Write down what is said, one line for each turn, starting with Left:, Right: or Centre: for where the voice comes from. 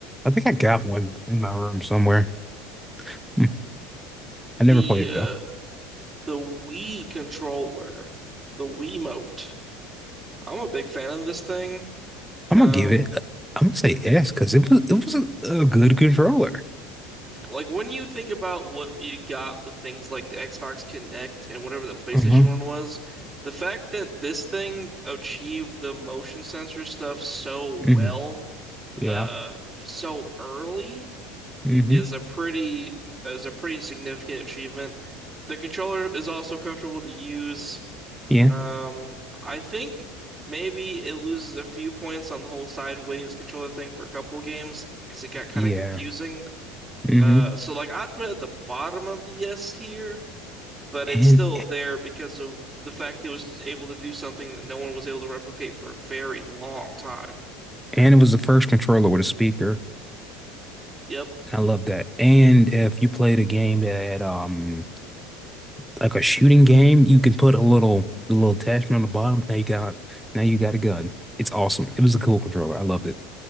Centre: I think I got one in my room somewhere. Hmm. I never
Right: The
Centre: played it
Right: uh,
Centre: though.
Right: the Wii controller, the Wiimote. I'm a big fan of this thing.
Centre: I'm
Right: Um,
Centre: gonna give it. I'm gonna say S because it was it was a, a good controller.
Right: like when you think about what we got with things like the Xbox Connect and whatever the PlayStation
Centre: Uh-huh.
Right: one was, the fact that this thing achieved the motion sensor stuff so
Centre: hmm
Right: well,
Centre: Yeah.
Right: uh, so early
Centre: hmm
Right: is a pretty is a pretty significant achievement. The controller is also comfortable to use.
Centre: Yeah.
Right: Um, I think maybe it loses a few points on the whole sideways controller thing for a couple games because it got kind
Centre: Yeah.
Right: of confusing.
Centre: hmm
Right: Uh, so like I'd put it at the bottom of the S tier, but
Centre: And
Right: it's still there because of the fact it was able to do something that no one was able to replicate for a very long time.
Centre: and it was the first controller with a speaker.
Right: Yep.
Centre: I love that. And if you played a game that had um like a shooting game, you can put a little the little attachment on the bottom. Now you got now you got a gun. It's awesome. It was a cool controller. I loved it.